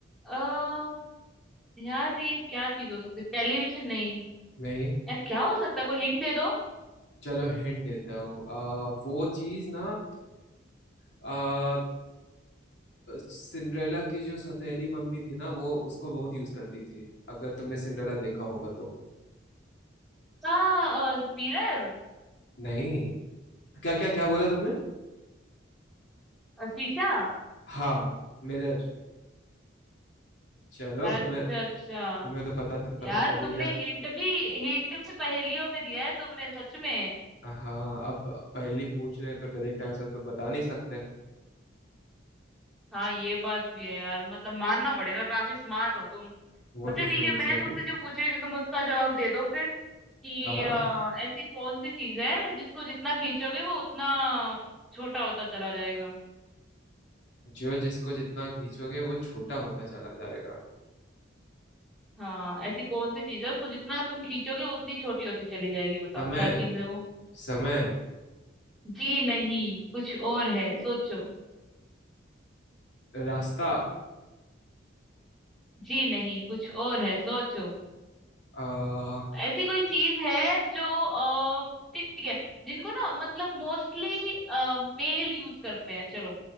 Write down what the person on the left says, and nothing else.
नहीं
चलो हिंट देता हूँ आ, वो चीज ना तुम्हें सिंड्रेला की जो सौतेली मम्मी थी ना वो उसको बहुत यूज करती थी अगर तुमने सिंड्रेला देखा होगा तो
नहीं क्या क्या क्या बोला तुमने
हाँ मिरर चलो
तुम्हें
तुम्हें तो पता पता
चल
ही गया
हाँ अब पहली पूछ रहे हो तो डायरेक्ट आंसर तो बता नहीं सकते
वो
तो
शुरू
से
हाँ हाँ
जो जिसको जितना खींचोगे वो छोटा होता चला जाएगा
समय
समय
रास्ता
आ,